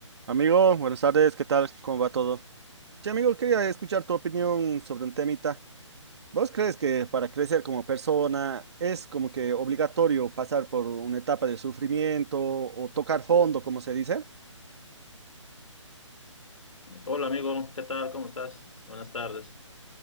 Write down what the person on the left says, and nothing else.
Hola amigo, ¿qué tal? ¿Cómo estás? Buenas tardes.